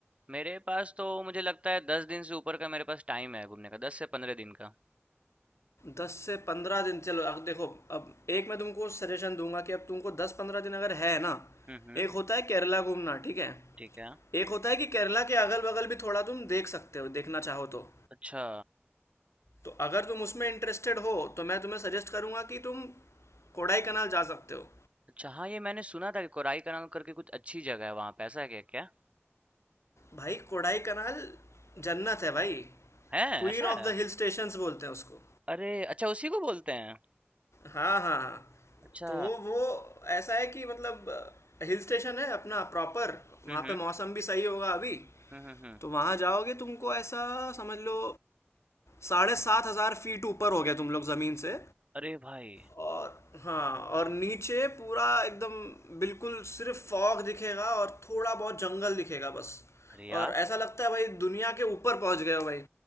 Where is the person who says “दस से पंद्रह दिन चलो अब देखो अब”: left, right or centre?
Left